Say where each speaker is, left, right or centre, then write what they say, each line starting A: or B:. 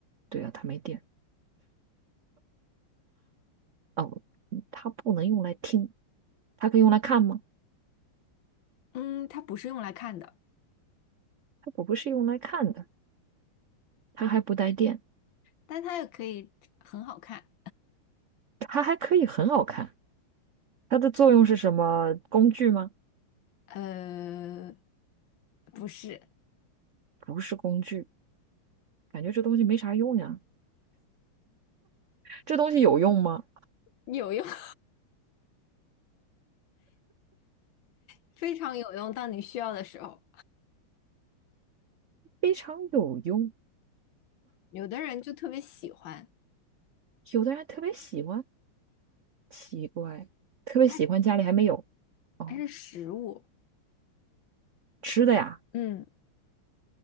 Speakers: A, on the right (about 70°); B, on the left (about 65°).
A: 对啊，它没电。哦，嗯它不能用来听，它可以用来看吗？
B: 嗯，它不是用来看的，
A: 它不是用来看的，它还不带电，
B: 但它也可以很好看。
A: 它还可以很好看。它的作用是什么？工具吗？
B: 呃，不是，
A: 不是工具，感觉这东西没啥用呀。这东西有用吗？
B: 有用，<laughs> 非常有用。当你需要的时候，
A: 非常有用。
B: 有的人就特别喜欢，
A: 有的人特别喜欢，奇怪，特别喜欢家里还没有
B: 它是
A: 哦。
B: 它是食物。
A: 吃的呀，
B: 嗯，